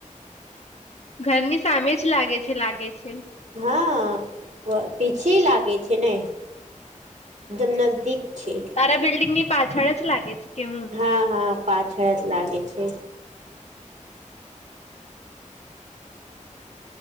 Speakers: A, on the left; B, on the right.
A: ઘરની સામે જ લાગે છે લાગે છે.
B: હા, પીછી લાગે છેને એકદમ નજદીક છે.
A: તારા બિલ્ડિંગ ની પાછળ જ લાગે છે. કે હું
B: હા હા પાછળ જ લાગે છે.